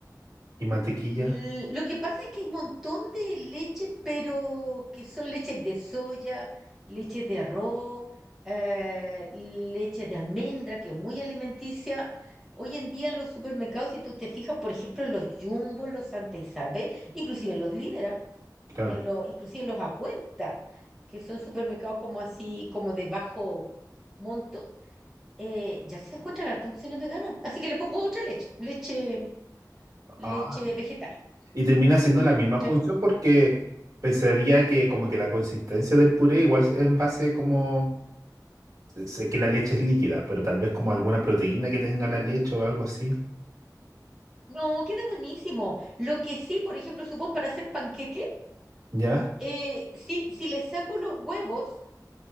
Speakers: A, on the right; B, in the centre.
A: y mantequilla?
B: L- Lo que pasa es que hay un montón de leches, pero que son leches de soya, leches de arroz, eh, leche de almendra, que es muy alimenticia. Hoy en día en los supermercados, si tú te fijas, por ejemplo, en los Jumbo, en los Santa Isabel, inclusive en los Líderes,
A: Claro.
B: en los, inclusive en los Acuenta, que son supermercados como así, como de bajo monto, eh, ya se encuentran hartas opciones veganas. Así que le pongo otra leche, leche, leche
A: Ay.
B: vegetal.
A: Y termina haciendo la misma
B: ¿cachai?
A: función porque pensaría que como que la consistencia del puré igual es en base como... Sé que la leche es líquida, pero tal vez como alguna proteína que tenga la leche o algo así.
B: No, queda buenísimo. Lo que sí, por ejemplo, supón para hacer panqueque,
A: ¿Ya?
B: eh, si, si le saco los huevos,